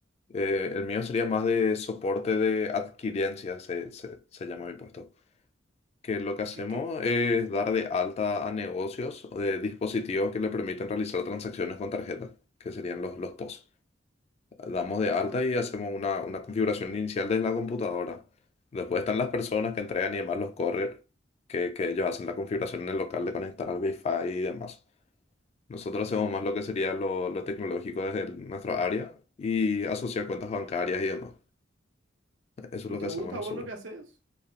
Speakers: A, on the left (about 35°); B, on the right (about 70°).
A: eh, el mío sería más de soporte de adquirencia, se, se- se llama mi puesto. Que lo que hacemos
B: ¿Qué, qué?
A: es dar de alta a negocios o de dispositivos que le permiten realizar transacciones con tarjeta, que serían los, los POS. Damos
B: Ah,
A: de alta
B: ok.
A: y hacemos una, una configuración inicial desde la computadora. Después están las personas que entregan y demás los correr, que, que ellos hacen la configuración en el local de conectar al Wi-Fi y demás. Nosotros hacemos más lo que sería lo, lo tecnológico desde el- nuestra área y asociar cuentas bancarias y demás. Eso
B: ¿Y
A: es lo
B: te
A: que hacemos
B: gusta
A: nosotros.
B: a vos lo que haces?